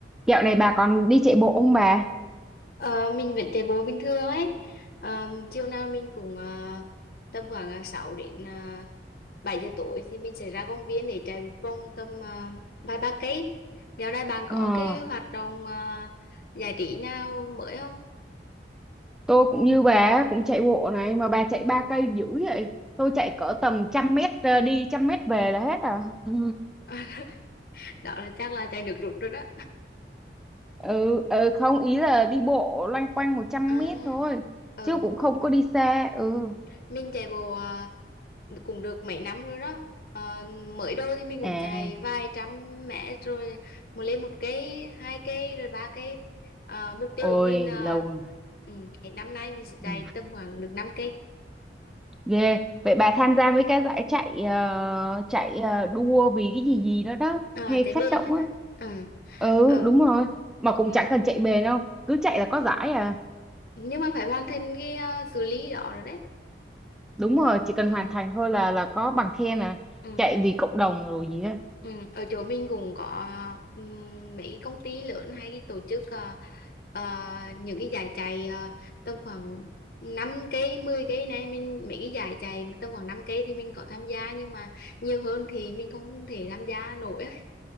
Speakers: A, in the centre; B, on the left (about 55°).
A: Dạo này bà còn đi chạy bộ không bà?
B: Ờ, mình vẫn chạy bộ bình thường ấy. Ờ, chiều nào mình cũng ờ, tầm khoảng ờ, 6 đến uh, 7 giờ tối thì mình sẽ ra công viên để chạy một vòng tầm ờ, vài ba cây. Dạo này bạn có
A: Ờ,
B: cái hoạt động ờ, giải trí nào mới không?
A: tôi cũng như bà á, cũng chạy bộ này mà bà chạy ba cây dữ vậy. Tôi chạy cỡ tầm trăm mét ờ, đi trăm mét về là hết à. <laughs>
B: <laughs> Đó là chắc là chạy nước rút rồi đó.
A: Ừ, ừ không ý là đi bộ loanh quanh một trăm
B: À,
A: mét thôi
B: ừ,
A: chứ cũng không có đi xa. Ừ.
B: mình chạy bộ à, cũng được mấy năm rồi đó à, mới đầu thì mình cũng
A: À,
B: chạy vài trăm mét rồi một lên một cây hai cây rồi ba cây à, mục tiêu
A: ôi
B: của mình là
A: lâu. rồi.
B: ừ, hết năm nay mình sẽ chạy
A: Ừ.
B: tầm khoảng được năm cây
A: Ghê. Vậy bà tham gia với cái giải chạy ờ, chạy ờ, đua vì cái gì gì đó đó
B: à,
A: hay
B: chạy bên
A: phát động
B: á
A: á.
B: hả ừ.
A: Ừ,
B: ờ,
A: đúng rồi. Mà cũng
B: ừ.
A: chẳng cần chạy bền đâu, cứ chạy là có giải à.
B: nhưng mà phải hoàn thành cái à, cự ly đó rồi đấy
A: đúng rồi chỉ cần
B: ừ.
A: hoàn thành thôi là là có bằng khen à
B: Ừ.
A: chạy vì cộng đồng rồi gì á
B: Ừ, ở chỗ mình cũng có ừm, mấy cái công ty lớn hay cái tổ chức ờ, ờ, những cái giải chạy ờ, tầm khoảng 5 cây 10 cây này mình mấy cái giải chạy mà tầm khoảng 5 cây thì mình có tham gia nhưng mà nhiều hơn thì mình không thể tham gia nổi á.